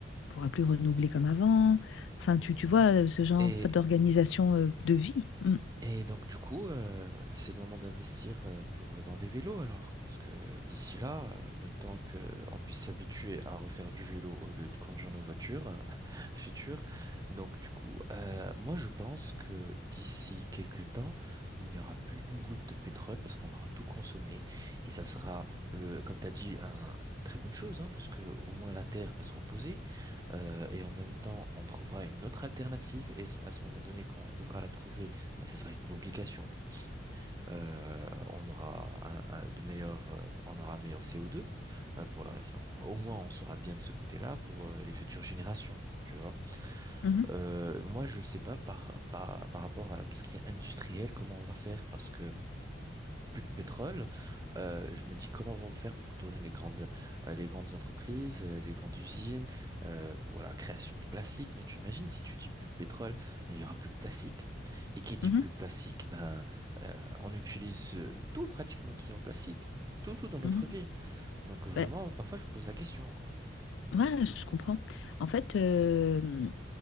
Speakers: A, on the left (about 80°); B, on the right (about 20°).
A: pourra plus renouveler comme avant. Enfin, tu, tu vois, euh, ce genre
B: Et,
A: d'organisation euh, de vie. Mm.
B: Et donc du coup, euh, c'est le moment d'investir euh, pour dans des vélos alors, parce que d'ici là, euh, le temps que on puisse s'habituer à refaire du vélo au lieu de conduire nos voitures euh, <laughs> futures. Donc du coup, euh, moi je pense que d'ici quelques temps, il n'y aura plus une goutte de pétrole parce qu'on aura tout consommé et ça sera le, comme t'as dit, un- une très bonne chose, hein, parce que au moins la Terre va se reposer euh, et en même temps, on trouvera une autre alternative et à ce moment donné, quand on devra la trouver ben, ça sera une obligation. Euh, on aura un, un- de meilleurs, euh, on aura un meilleur CO2 euh, pour la raison. Au moins, on sera bien de ce côté-là pour euh, les futures générations. Tu vois.
A: Mhm,
B: Euh, moi, je sais pas par, par, par rapport à tout ce qui est industriel, comment on va faire, parce que plus de pétrole, euh, je me dis comment vont faire pour tourner les grandes, euh, les grandes entreprises, euh, les grandes usines, euh, pour la création de plastique. Mais tu imagines si tu dis plus de pétrole, mais il y aura plus de plastique. Et qui dit
A: mhm,
B: plus de plastique, ben, euh, on utilise euh, tout pratiquement qui est en plastique, tout, tout dans notre
A: mhm.
B: vie. Donc vraiment,
A: Ben,
B: parfois je me pose la question, quoi.
A: ouais, je comprends. En fait, euh,